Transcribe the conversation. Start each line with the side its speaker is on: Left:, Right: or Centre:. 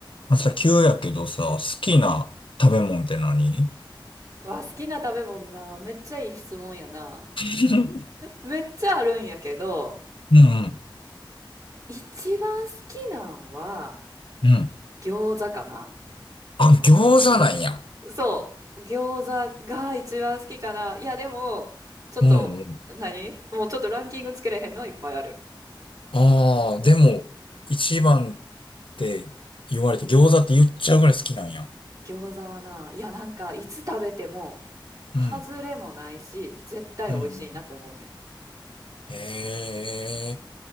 Left: 朝急やけどさ、好きな食べ物って何
Right: うん。わ、好きな食べ物な。めっちゃいい質問やな。
Left: <laughs>
Right: めっちゃあるんやけど、
Left: うんうん、
Right: 一番好きなんは
Left: うん。
Right: 餃子かな。
Left: あ、餃子なんや。
Right: そう。餃子が一番好きかな。いや、でも、ちょっと、
Left: うんうん。
Right: 何もうちょっとランキングつけれへんのはいっぱいある。
Left: ああ、でも、一番って言われて餃子って言っちゃうぐらい好きなんや。
Right: 餃子はな、いや、なんか、いつ食べても、
Left: うん、
Right: 外れもないし、絶対美味しいなって思うね。
Left: うん、うん。へえ、